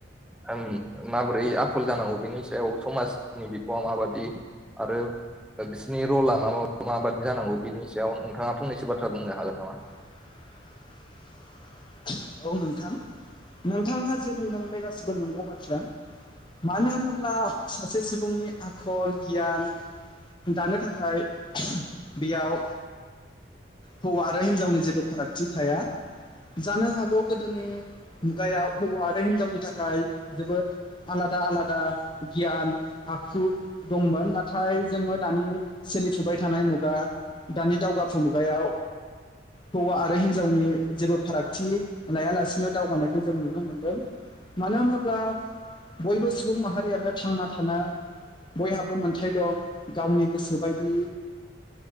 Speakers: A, in the centre; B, on the left (about 25°).
A: ओ माबोरै आखल जानांगौ बेनि सायाव समाजनि बिफावा माबादि आरो बिसोरनि र'ला मा माबादि जानांगौ बिनि सायाव नोंथाङा फंनैसो बाथ्रा बुंनो हागोन नामा?
B: <inaudible> औ नोंथां नोंथाङा जेबुंदों बे गासिबो नंगौ बाथ्रा मानो होनोब्ला सासे सुबुंनि आखल, गियान दानो थाखाय बेयाव हौवा आरो हिनजावनि जेबो फारागथि थाया जानो हागौ गोदोनि मुगायाव हौवा आरो हिनजावनि थाखाय जोबोद आलादा आलादा गियान आखु दंमोन नाथाय जोङो दानि सोलिफुबाय थानाय मुगा दानि दावगाफु मुगायाव हौवा आरो हिनजावनि जेबो - फारागथि लायालासिनो दावगानायखौ जों नुनो मोनदों मानो होनोब्ला बयबो सुबुं माहारियानो थांना थानो बयहाबो मोनथाय दं गावनि गोसो बायदि